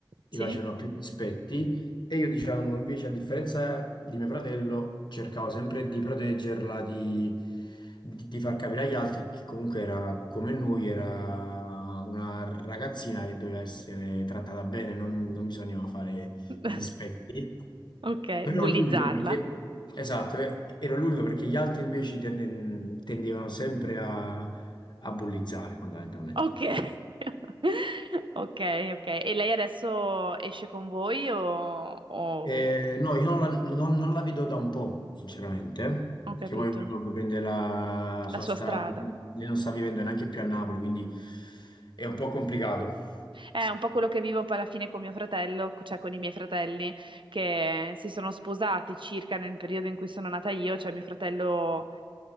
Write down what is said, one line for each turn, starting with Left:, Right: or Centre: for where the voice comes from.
Left: gli
Right: Sì?
Left: facevano più dispetti e io, diciamo, invece, a differenza di mio fratello, cercavo sempre di proteggerla, di, di- di far capire agli altri che comunque era come noi, era una ragazzina che doveva essere trattata bene, non, non bisognava fare
Right: <laughs>
Left: i dispetti.
Right: Ok,
Left: Però
Right: bullizzarla.
Left: ero l'unico perché, esatto, eh, ero l'unico perché gli altri invece tende- tendevano sempre a, a bullizzare fondamentalmente.
Right: Ok. <laughs> Ok, ok. E lei adesso esce con voi o... o...
Left: Eh, no, io non la, non- non la vedo da un po', sinceramente, eh,
Right: Ho
Left: perché
Right: capito.
Left: poi ognuno poi prende la
Right: La
Left: sua
Right: sua
Left: strada,
Right: strada.
Left: lei non sta vivendo neanche più a Napoli, quindi è un po' complicato.
Right: È un po' quello che vivo poi alla fine con mio fratello, cioè con i miei fratelli che si sono sposati circa nel periodo in cui sono nata io, cioè mio fratello,